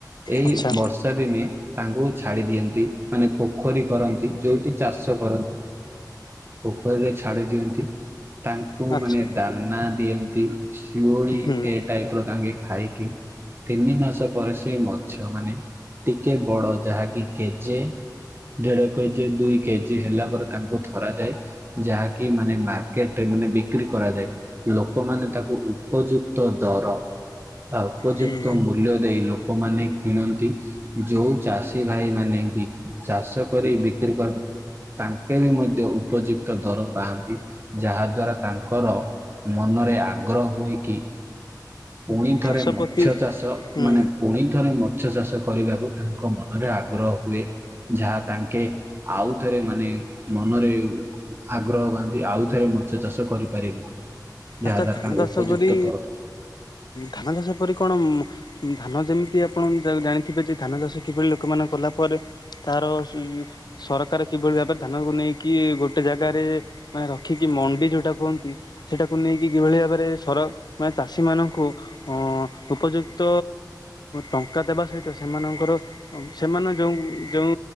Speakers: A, on the right; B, on the left.
A: ଏଇ
B: ଆଚ୍ଛା।
A: ବର୍ଷ ର୍ଷା ଦିନେ ତାଙ୍କୁ ଛାଡ଼ି ଦିଅନ୍ତି। ନ୍ତି ମାନେ ପୋଖରୀ କରନ୍ତି ଯୋଉଠି ଚାଷ କରନ୍ତି। ପୋଖରୀରେ ଛାଡି ଦିଅନ୍ତି ତାଙ୍କୁ
B: ଆଚ୍ଛା
A: ମାନେ ଦାନା ଦିଅନ୍ତି। ଶିଉଳି
B: ହୁଁ
A: ଏ ଟାଇପ ର ତାଙ୍କେ ଖାଇକି ତିନି ମାସ ପରେ ସିଏ ମ ମତ୍ସ୍ୟ ମାନେ ଟିକେ ବଡ ଯାହାକି କେଜେ ଦେଢ଼କେଜେ ଦୁଇ କେଜି ହେଲା ପରେ ତାଙ୍କୁ ଧରା ଯାଏ। ଯାହାକି ମାନେ ମାର୍କେଟରେ ମାନେ ବିକ୍ରି କରାଯାଏ। ଲୋକମାନେ ତାକୁ ଉପଯୁକ୍ତ ଦର ତା ଉପଯୁକ୍ତ
B: ହୁଁ
A: ମୂଲ୍ୟ ଦେଇ ଲୋକମାନେ କିଣନ୍ତି। ଯୋଉ ଚାଷୀ ଭାଇ ମାନେ ବି ଚାଷ କରି ବିକ୍ରି କରନ୍ ତାଙ୍କେ ବି ମଧ୍ୟ ଉପଯୁକ୍ତ ଦର ପାଆନ୍ତି। ଯାହା ଦ୍ଵାରା ତାଙ୍କର ମନରେ ଆଗ୍ରହ ହୁଏକି ପୁଣି
B: ଚାଷ
A: ଥରେ ମତ୍ସ୍ୟ
B: ପ୍ରତି
A: ଚାଷ
B: ହୁଁ
A: ମାନେ ପୁଣିଥରେ ମତ୍ସ୍ୟ ଚାଷ କରିବାକୁ ତାଙ୍କ ମନରେ ଆଗ୍ରହ ହୁଏ। ଯାହା ତାଙ୍କେ ଆଉଥରେ ମାନେ ମନରେ ଆଗ୍ରହ ବାନ୍ଧି ଆଉ ଥରେ ମତ୍ସ୍ୟ ଚାଷ କରିପାରିବେ। ଯାହା
B: ଆଚ୍ଛା
A: ଦ୍ଵାରା
B: ଧାନ
A: ତାଙ୍କୁ
B: ଚାଷ
A: ଉପଯୁକ୍ତ
B: ପରି
A: ଦର
B: ଧାନ ଚାଷ ପରି କଣ ଧାନ ଯେମିତି ଆପଣ ଜାଣିଥିବେ ଯେ ଧାନ ଚାଷ କିଭଳି ଲୋକମାନେ କଲା ପରେ ତାର ସରକାର କିଭଳି ଭାବରେ ଧାନକୁ ନେଇକି ଗୋଟେ ଜାଗାରେ ମାନେ ରଖିକି ମଣ୍ଡି ଯୋଉଟା କୁହନ୍ତି କୁ ନେଇକି ଯେଉଁଭଳି ଭାବରେ ସର ମାନେ ଚାଷୀମାନଙ୍କୁ ଅଁ ଉପଯୁକ୍ତ ଟଙ୍କା ଦେବା ସହିତ ସେମାନଙ୍କର ସେମାନେ ଯୋଉ ଯେଉ